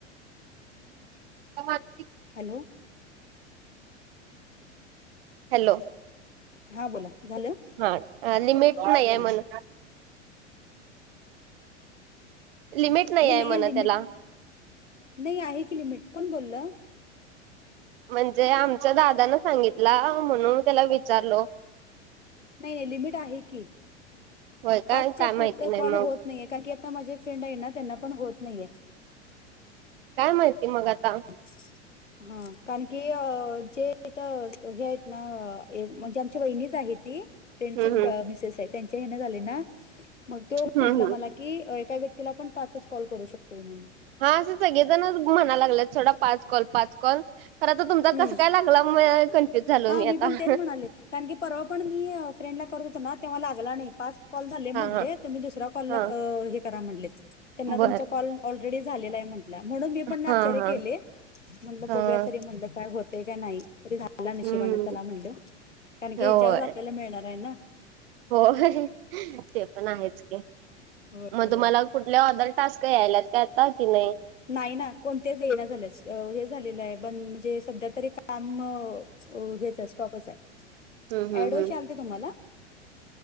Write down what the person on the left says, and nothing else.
हॅलो.
हा बोला झालं?
हा
हे
नाही
लिमिट
नाही आहे की लिमिट कोण बोललं?
नाही-नाही लिमिट आहे की.
पाचच्या
पुढ
कॉल
होत नाहीये कारण की आता माझे फ्रेंड आहे ना त्यांना पण होत नाहीये.
<unintelligible> हा कारण की जेथ हे आहेत हे आहेतना म्हणजे आमची वहिनीच आहे ती फ्रेंडची
मिसेस आहे त्यांच्या हने झाले ना मग तो म्हटला
मला की एका व्यक तिला पण पाच कॉल करू शकतोय मग मी
हम्म
हा
पण तेच म्हणाले कारण की परवा पण मी फ्रेंड ला करत होतो ना तेव्हा लागला नाही पाच कॉल झाले म्हटले
तुम्ही दुसऱ्या कॉलला
अ हे करा म्हटले त्यांना
तुमचा कॉल ऑलरेडी झालेला आहे म्हटल म्हणून मी पण आश्चार्य
केले म्हणलं
बघूया तरी म्हणलं काय होते का नाही तरी मला नशिबाान
चला म्हणलं कारण की
ह्याच्यावर आपल्याला मिळणार आहे ना
होय
होय
नाही ना कोणतच येना झाले हे झालेलं आहे बंद म्हणजे सध्या तरी काम अ हेच आहे स्टॉपच आहे
एडोश
आलते तुम्हाला?